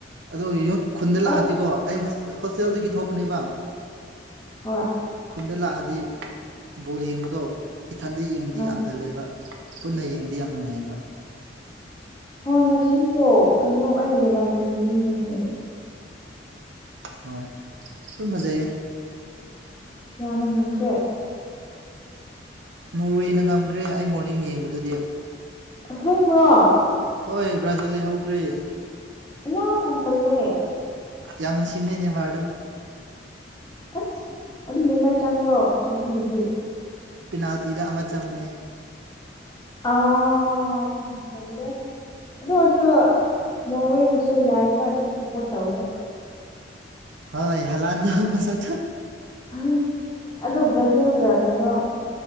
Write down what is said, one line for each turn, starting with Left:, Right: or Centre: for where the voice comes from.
Right: ꯑꯗꯣ ꯌꯦꯉ ꯈꯨꯟꯗ
Left: ꯎꯝ
Right: ꯂꯥꯛꯑꯗꯤꯀꯣ ꯑꯩ ꯍꯣꯁꯇꯦꯜꯗꯒꯤ ꯊꯣꯛꯄꯅꯦꯕ
Left: ꯍꯣꯏ
Right: ꯈꯨꯟꯗ ꯂꯥꯛꯑꯗꯤ ꯕꯣꯜ ꯌꯦꯡꯕꯗꯣ ꯏꯊꯟꯗ ꯌꯦꯡꯕꯗꯤ
Left: ꯑ ꯑ.
Right: ꯌꯥꯝꯊꯜꯂꯦꯕ ꯄꯨꯟꯅ ꯌꯦꯡꯕꯗꯤ ꯌꯥꯝ ꯅꯨꯡꯉꯥꯏꯌꯦꯕ
Left: ꯍꯣꯏ ꯉꯁꯤꯗꯣ ꯀꯩꯅꯣ ꯑꯩ ꯌꯥꯝ ꯌꯦꯡꯅꯤꯡꯕꯅꯦ
Right: ꯍꯣꯏ ꯑꯗꯨꯝ ꯐꯖꯩꯌꯦ
Left: ꯌꯥꯝꯅ ꯉꯝꯈ꯭ꯔꯦ
Right: ꯅꯣꯔꯋꯦꯅ ꯉꯝꯈ꯭ꯔꯦ ꯑꯩ ꯃꯣꯔꯅꯤꯡ ꯌꯦꯡꯕꯗꯨꯗꯤ
Left: ꯍꯦꯡꯕ꯭ꯔꯣ
Right: ꯍꯣꯏ ꯕ꯭ꯔꯥꯖꯤꯜ ꯂꯩꯍꯧꯈ꯭ꯔꯦ
Left: ꯌꯥ ꯌꯥꯝ ꯄꯜꯂꯦ
Right: ꯌꯥ ꯌꯥꯝ ꯁꯤꯃꯅꯦꯅꯦ ꯃꯥꯨ
Left: ꯑꯁ ꯑꯗꯨꯝ ꯅꯦꯝꯃꯥꯏ ꯆꯪꯕ꯭ꯔꯣ ꯉꯁꯤꯒꯤꯗꯤ
Right: ꯄꯤꯅꯥꯜꯇꯤꯗ ꯑꯃ ꯆꯪꯨꯅꯦ
Left: ꯑꯥ ꯑꯣꯟꯄꯜꯦ ꯑꯗꯨ ꯑꯣꯏꯔꯁꯨ ꯅꯣꯋꯦꯕꯨꯁꯨ ꯌꯥꯏꯗ ꯑꯗꯨꯝ ꯁꯞꯄꯣꯔꯠ ꯇꯧꯋꯤꯗ
Right: ꯍꯣꯏ ꯍꯂꯗ ꯃꯁꯛ
Left: ꯑ ꯑꯗꯣ ꯕ꯭ꯔꯥꯖꯤꯜꯒ ꯀꯩꯅꯣ